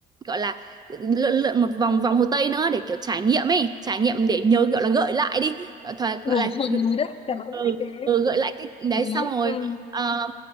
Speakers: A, on the right; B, on the left.
A: gọi là lượn lượn một vòng vòng Hồ Tây nữa để kiểu trải nghiệm ấy trải nghiệm để nhớ gọi là gợi lại đi gọi, thoa-
B: lửa
A: gọi là
B: hợp rồi đấy tớ cũng
A: ừ,
B: thích cái
A: ừ gợi lại cái đấy
B: đấy
A: xong rồi
B: ừ
A: ờ,